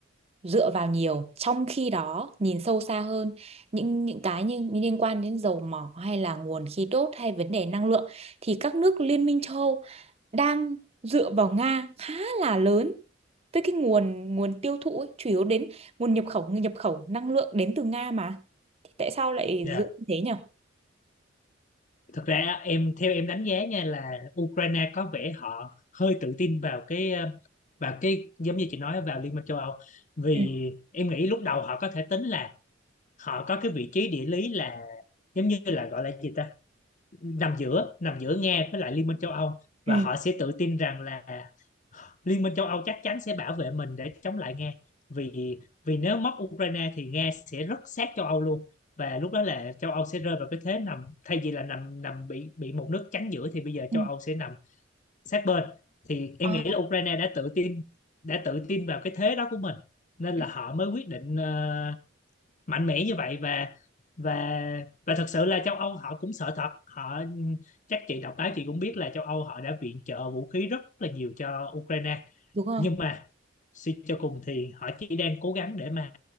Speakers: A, on the right (about 30°); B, on the left (about 40°).
A: dựa vào nhiều. Trong khi đó, nhìn sâu xa hơn, những những cái như như liên quan đến dầu mỏ hay là nguồn khí đốt hay vấn đề năng lượng thì các nước Liên minh châu Âu đang dựa vào Nga khá là lớn với cái nguồn nguồn tiêu thụ ấy, chủ yếu đến nguồn nhập khẩu nhập khẩu năng lượng đến từ Nga mà. Thì tại sao lại
B: Dạ.
A: dựa như thế nhỉ?
B: thực ra em theo em đánh giá nha là Ukraine có vẻ họ hơi tự tin vào cái ờ, vào cái giống như chị nói vào Liên minh châu Âu vì
A: Ừ.
B: em nghĩ lúc đầu họ có thể tính là họ có cái vị trí địa lý là giống như là gọi là gì ta nằm giữa nằm giữa Nga với lại Liên minh châu Âu
A: Ừ.
B: và họ sẽ tự tin rằng là Liên minh châu Âu chắc chắn sẽ bảo vệ mình để chống lại Nga vì vì nếu mất Ukraine thì Nga sẽ rất sát châu Âu luôn và lúc đó là châu Âu sẽ rơi vào cái thế nằm thay vì là nằm nằm bị bị một nước chắn giữa thì bây giờ
A: Ừ.
B: châu Âu sẽ nằm sát bên thì
A: Ờ,
B: em nghĩ là Ukraine đã tự tin đã tự tin vào cái thế đó của mình nên là
A: Ừ,
B: họ mới quyết định ờ, mạnh mẽ như vậy và và và thật sự là châu Âu họ cũng sợ thật họ chắc chị đọc báo chị cũng biết là châu Âu họ đã viện trợ vũ khí rất là nhiều cho Ukraine
A: Đúng rồi.
B: nhưng mà suy cho cùng thì họ chỉ đang cố gắng để mà